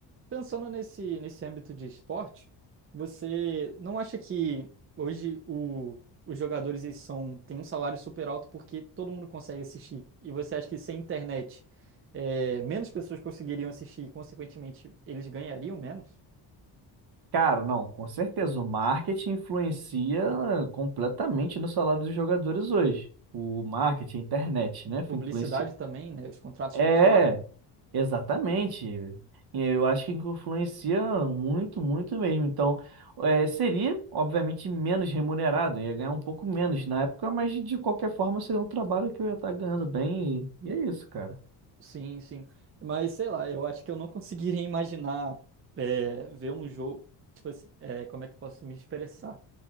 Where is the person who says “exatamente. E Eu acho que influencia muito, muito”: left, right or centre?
Right